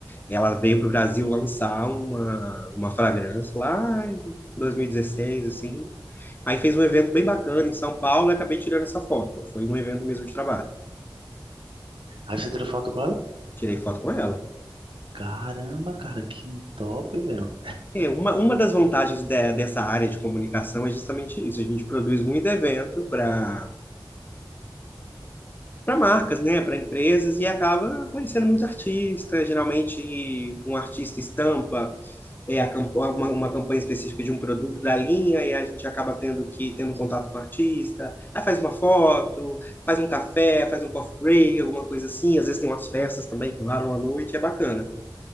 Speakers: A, on the left; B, on the right.
A: Ela veio para o Brasil lançar uma, uma fragrância lá em 2016, assim. Aí fez um evento bem bacana em São Paulo e acabei tirando essa foto. Foi um evento mesmo de trabalho.
B: Aí você tirou foto com ela?
A: Tirei foto com ela.
B: Caramba, cara, que top, velho.
A: É, uma, uma das vantagens de- dessa área de comunicação é justamente isso. A gente produz muito evento para para marcas, né, para empresas e acaba conhecendo muito artista. Geralmente um artista estampa é, a camp- uma, uma campanha específica de um produto da linha, e a gente acaba tendo que tendo um contato com o artista, aí faz uma foto, faz um café, faz um coffee break, alguma coisa assim, às vezes tem umas festas também que varam à noite, é bacana.